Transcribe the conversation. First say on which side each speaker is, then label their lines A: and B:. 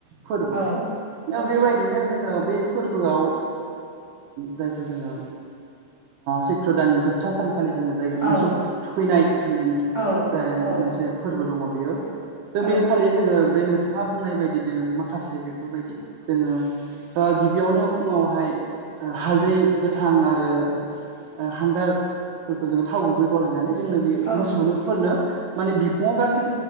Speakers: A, on the right; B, on the right.
A: फोरबो
B: औ
A: दा
B: औ
A: बेबायदिनो जोङो। बे फोरबोआव जायखौ जोङो। सैत्र दाननि जोबथा सान। खालि जोङो जाय मोसौ
B: औ
A: थुखैनाय होननानै
B: औ
A: जाय
B: औ
A: मोनसे फोरबो दङ बेयो। जों
B: औ
A: बे खालि जोङो बे नोंथाङा बुंनाय बायदिनो माखासे बेफोरबायदि। जोङो गिबियावनो फुङावहाय हालदै गोथां आरो। हांगारफोरखौ जोङो थाव गुबै गलायनानै जोंनो बे
B: औ
A: मोसौनोफोरनो। माने बिखुाव गासै